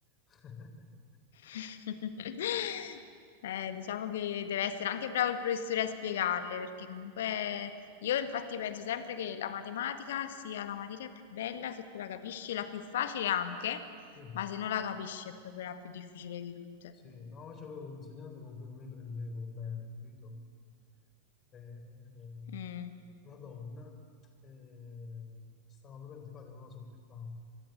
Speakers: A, on the left; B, on the left.
A: <laughs>
B: <laughs> Eh, diciamo che deve essere anche bravo il professore a spiegarle, perché comunque io infatti penso sempre che la matematica sia la materia più bella se tu la capisci, la più facile anche,
A: Sì,
B: ma se non la capisci è proprio la più difficile di tutte.
A: sì, no, io avevo un insegnante con cui non mi prendevo bene, capito? Eh, eh,
B: Mm,
A: una donna, eh, stava proprio antipatica, non la sopportavo.